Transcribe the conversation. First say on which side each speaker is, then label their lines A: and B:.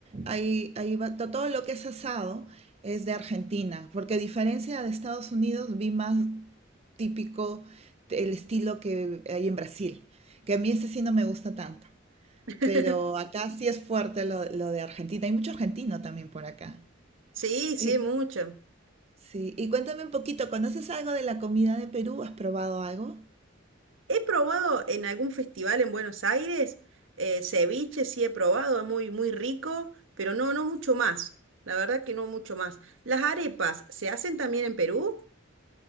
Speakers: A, on the right; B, on the right.
A: Hay, hay ba- to- todo lo que es asado es de Argentina, porque a diferencia de Estados Unidos, vi más típico el estilo que hay en Brasil, que a mí ese sí no me gusta tanto.
B: <laughs>
A: Pero acá sí es fuerte lo, lo de Argentina. Hay mucho argentino también por acá.
B: Sí, sí,
A: ¿Y
B: mucho.
A: Sí, y cuéntame un poquito, ¿conoces algo de la comida de Perú? ¿Has probado algo?
B: He probado en algún festival en Buenos Aires, eh, ceviche sí he probado, es muy, muy rico, pero no, no mucho más. La verdad que no mucho más. Las arepas, ¿se hacen también en Perú?